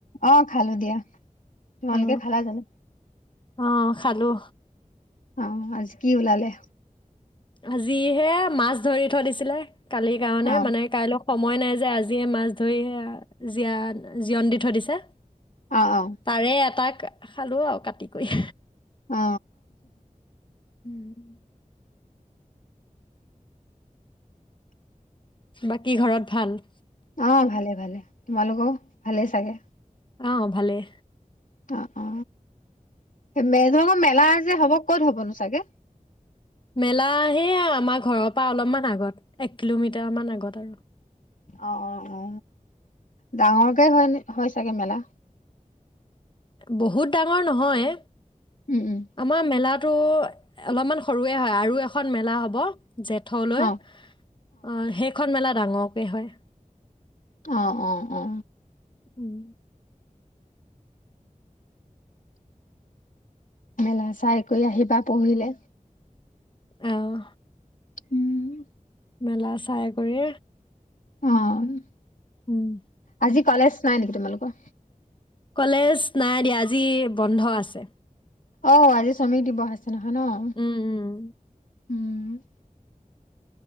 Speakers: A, on the left; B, on the left.
A: অ', খালো দিয়া তোমালোকে
B: অ
A: খালা জানো?
B: অ খালো
A: আহ আজ কি ওলালে?
B: আজিহে মাছ ধৰি থৈ দিছিলে কালিৰ কাৰণে
A: অ',
B: মানে কাইলৈ সময় নাই যে আজিয়ে মাছ ধৰি সেয়া জীয় জীয়ণ দি থৈ দিছে।
A: অ', অ',
B: পাৰে এপাক খালো আৰু কাটি কৰি।
A: অ
B: উম। বাকী ঘৰত ভাল
A: অ ভালে ভালে তোমালোকো ভালেই চাগে।
B: আহ ভালেই।
A: অ অ মেলো মেলা আছে। যে হ'ব ক'ত হ'বনো ছাগে।
B: মেলা সেয় আমাৰ ঘৰৰ পৰা অলপমান আগত এক কিলোমিটাৰমান আগত আৰু
A: অ অ অ ডাঙৰকে হয় হয় চাগে মেলা
B: বহুত ডাঙৰ নহয়।
A: উম উম
B: আমাৰ মেলাটো অলপমান সৰুৱে হয় আৰু এখন মেলা হ'ব। জেঠলৈ
A: অ
B: অ', সেইখন মেলাত ডাঙৰকে হয়
A: অ অ অ
B: উম
A: মেলা চাই কৰি আহিবা পঢ়িলে।
B: অহ।
A: উম
B: মেলা চাই কৰি
A: অ'।
B: উম।
A: আজি কলেজ নাই নেকি, তোমালোকৰ?
B: কলেজ নাই দিয়া আজি বন্ধ আছে।
A: অ', আজি শ্ৰমিক দিৱস আছে। সনহ ন'।
B: উম, উম।
A: উম!